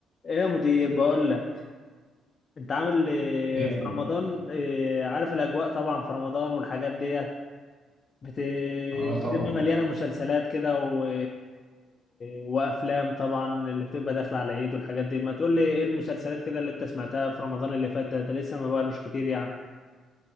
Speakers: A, on the left; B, on the right.
A: ايه يا مدير بقول لك انت عامل إيه
B: يعني
A: في رمضان إيه عارف الاجواء طبعا في رمضان والحاجات ديت بت-
B: اه طبعا
A: بتبقى مليانه مسلسلات كده و... وافلام طبعا اللي بتبقى داخله على العيد والحاجات دي ما تقول لي ايه المسلسلات كده اللي انت سمعتها في رمضان اللي فات ده ده لسه ما بقالوش كتير يعني